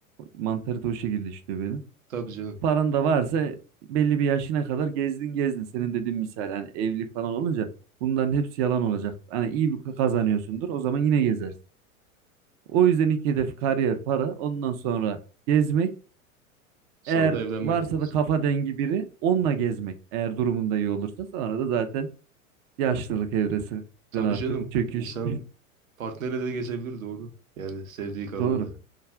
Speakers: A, on the right; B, on the right.
A: Mantarite o şekilde işliyor benim.
B: Tabii canım.
A: Paran da varsa belli bir yaşına kadar gezdin gezdin. Senin dediğin misal hani evlilik falan olunca bunların hepsi yalan olacak. Hani iyi bir kazanıyorsundur o zaman yine gezersin. O yüzden ilk hedef kariyer para ondan sonra gezmek
B: Sonra
A: eğer
B: da evlenmek
A: varsa
B: diyoruz.
A: da kafa dengi biri onunla gezmek eğer durumunda iyi olursa sonra da zaten yaşlılık evresinden
B: Tabii
A: artık
B: canım.
A: çöküş.
B: İnsan partnerle de gezebilir doğru. Yani sevdiği
A: <laughs>
B: kadınla.
A: Doğru.